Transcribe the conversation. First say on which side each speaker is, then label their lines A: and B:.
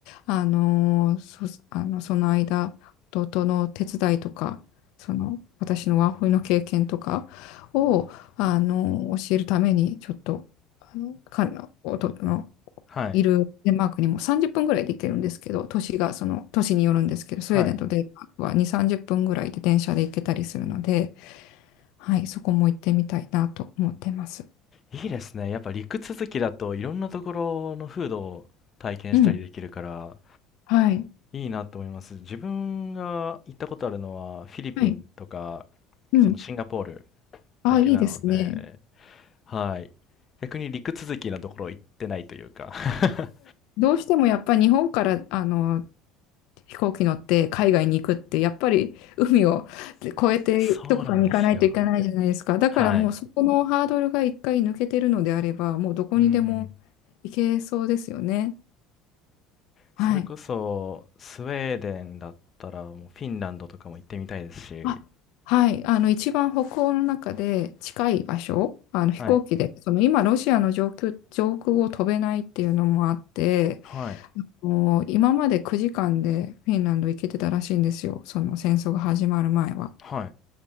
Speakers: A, on the left; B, on the left.
A: あの、そ、あの、その間、弟の手伝いとか、その、私のワーホリの経験とかを、あの、教えるために、ちょっと、あの、彼の、弟の
B: はい。
A: いるデンマークにも30分ぐらいで行けるんですけど、都市が、その、都市によるんですけど、スウェーデンとデンマークは2、
B: はい。
A: 30分ぐらいで電車で行けたりするので、はい、そこも行ってみたいなと思ってます。
B: いいですね。やっぱ陸続きだといろんなところの風土を体験したりできるから、
A: うん、はい、
B: いいなと思います。自分が行ったことあるのは、フィリピンとか、
A: はい、うん。
B: そのシンガポール
A: ああ、
B: だけなので、
A: いいですね。
B: はい。逆に陸続きなところ行ってないというか。<laughs>
A: どうしてもやっぱり日本から、あの、飛行機乗って海外に行くって、やっぱり海を越えてどこかに行かないといけないじゃないですか。
B: そうなんですよ。
A: だからもうそこのハードルが一回抜けてるのであれば、
B: はい。
A: もうどこにでも
B: うん。
A: 行けそうですよね。はい。
B: それこそ、スウェーデンだったら、もうフィンランドとかも行ってみたいですし。
A: あ、はい。あの、一番北欧の中で近い場所、あの飛行機で、
B: はい。
A: その今ロシアの上空、上空を飛べないっていうのもあって、
B: はい。
A: もう今まで9時間でフィンランド行けてたらしいんですよ。その戦争が始まる前は。
B: はい。